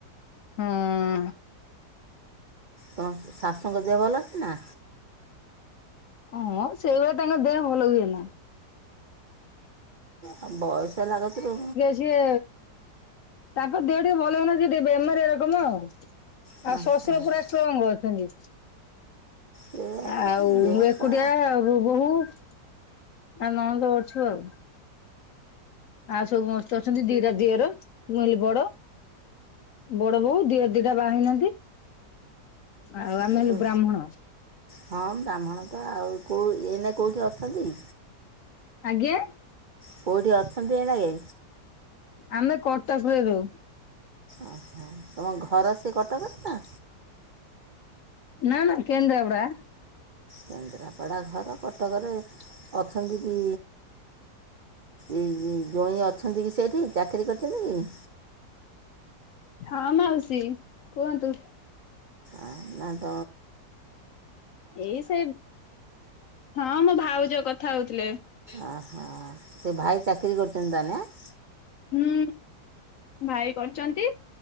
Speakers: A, on the left (about 70°); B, on the right (about 70°).
A: ହଁ।
B: ତ ଶାଶୁଙ୍କ ଦେହ ଭଲ ଅଛି ନା?
A: ହଁ ସେଇଭଳିଆ ତାଙ୍କ ଦେହ ଭଲ ହୁଏନା।
B: ଆ ବୟସ ହେଲା କତୁରୁ
A: ଯିଏ ତାଙ୍କ ଦେହ ଟିକେ ଭଲ ହୁଏନା ସେ ଟିକେ ବେମାରିଆ ରକମ ଆଉ।
B: ହଁ
A: ଆଉ ଶଶୁର
B: ହଁ
A: ପୁରା ଷ୍ଟ୍ରଙ୍ଗ ଅଛନ୍ତି।
B: ଦେହ
A: ଆଉ ମୁଁ ଏକୁଟିଆ
B: ପା
A: ଆଉ। ଉ ବହୁ ଆଉ ନଣନ୍ଦ ଅଛୁ ଆଉ। ଆଉ ସବୁ ମସ୍ତ ଅଛନ୍ତି ଦିଟା ଦିଅର ମୁଁ ହେଲି ବଡ ବଡ ବୋଉ ଦିଅ ଦିଟା ବା ହେଇନାହାନ୍ତି, ଆଉ
B: ସବୁ
A: ଆମେ ହେଲୁ ବ୍ରାହ୍ମଣ।
B: ହଁ ବ୍ରାହ୍ମଣ ତ ଆଉ କୋଉ ଏଇନା କେଉଠି ଅଛନ୍ତି?
A: ଆଜ୍ଞା।
B: କେଉଠି ଅଛନ୍ତି ଏଇନାକେ?
A: ଆମେ କଟକ ରେ ରହୁ।
B: ଓହୋ ତମ ଘର ସେ କଟକରେ ନା?
A: ନା ନା କେନ୍ଦ୍ରାପଡା।
B: କେନ୍ଦ୍ରାପଡ଼ା ଘର କଟକରେ ଅଛନ୍ତି କି? ଏଇ ଜ୍ୱଇଁ ଅଛନ୍ତି କି ସେଇଠି, ଚାକିରି କରିଛନ୍ତି କି?
A: ହଁ ମାଉସୀ କୁହନ୍ତୁ।
B: ଆ ଆତ
A: ଏଇ ସେ ହଁ ମୋ ଭାଉଜ କଥା ହଉଥିଲେ।
B: ଓହୋ ତୋ ଭାଇ ଚାକିରୀ କରିୁଚନ୍ତି ତାହାଲେ ଆଁ?
A: ହୁଁ ଭାଇ କରିଚନ୍ତି।